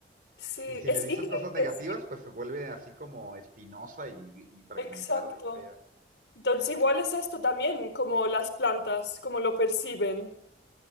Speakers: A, on the left; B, on the right.
A: sí,
B: Y si
A: es
B: le dices
A: ingente,
B: cosas negativas,
A: sí,
B: pues se vuelve así como espinosa y, y fragmentada
A: exacto.
B: y fea.
A: Entonces igual es esto también, como las plantas, como lo perciben.